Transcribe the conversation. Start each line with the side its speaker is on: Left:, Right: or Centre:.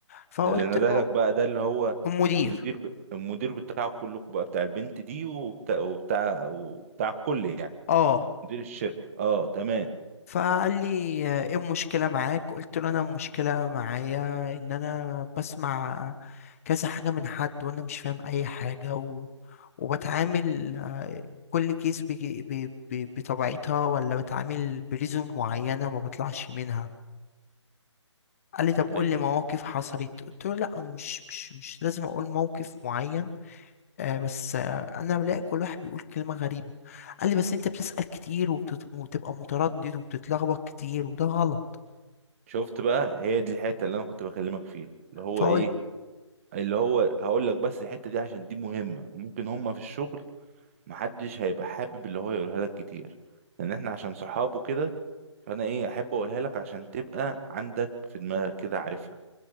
Left: فقلت
Right: ده اللي نده
Left: له
Right: لك بقى ده اللي هو
Left: المدير
Right: المدير ب... المدير بتاعه كلكم بقى بتاع البنت دي وبتاع وبتاع وبتاع الكل يعني
Left: اه
Right: مدير الشركة اه تمام
Left: فقال لي آه، ايه المشكلة معاك قلت له انا المشكلة معايا ان انا بسمع كذا حاجة من حد وانا مش فاهم اي حاجة و... وبتعامل آه، كل كيس بي... بي... بي... بطبيعتها ولا بتعامل بريزم معينة ما بطلعش منها قال لي طب قول
Right: ايوه
Left: لي مواقف حصلت قلت له لا مش مش مش لازم اقول موقف معين آه بس آه انا بلاقي كل واحد بيقول كلمة غريبة قال لي بس انت بتسأل كتير وبتت- وبتبقى متردد وبتتلخبط كتير وده غلط
Right: شفت بقى هي دي الحتة اللي انا كنت بكلمك فيها اللي هو
Left: فهو
Right: ايه اللي هو هقول لك بس الحتة دي عشان دي مهمة ممكن هما في الشغل محدش هيبقى حابب اللي هو يقولها لك كتير لان احنا عشان صحابه كده فانا ايه احب اقولها لك عشان تبقى عندك في دماغك كده عارفها